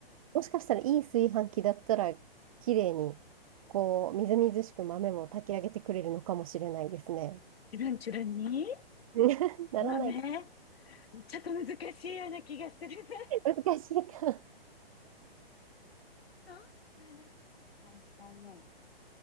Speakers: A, on the right; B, on the left.
A: もしかしたらいい炊飯器だったら、綺麗に、こう、みずみずしく豆も炊き上げてくれるのかもしれないですね。
B: え、チュルンチュルンに
A: <laughs> ならないか。
B: 豆ちょっと難しいような気がするね。
A: 難しいか。
B: そうかなって感じだね。